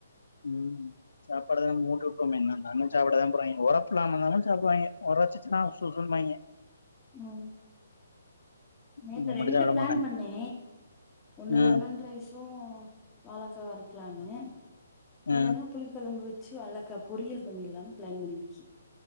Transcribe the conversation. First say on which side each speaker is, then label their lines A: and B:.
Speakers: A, on the left; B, on the left.
A: உம் சாப்பாட தானே மூடிட் இருப்போமே நான் வந்து சாப்பிட தா போறாய்ங்க ஒரப் சொல்லாம கொள்ளாம சாப்பிடுவாய்ங்க ஒரச்சுச்சுன்னா சொ சொல்லுவாய்ங்க
B: உம் நேத்து
A: நம்ம
B: ரெண்டு
A: மட்டு சாப்ட
B: பிளான்
A: மாட்டாங்க
B: பண்ணே ஒன்னு
A: ம்
B: லெமன் ரைஸு வாழக்கா வரு ருக்கலானு
A: ம்
B: இல்லன்னா புளிக்கொழம்பு வெச்சு வாழக்கா பொரியல் பண்ணிடலானு பிளான் பண்ணிட்ருக்கே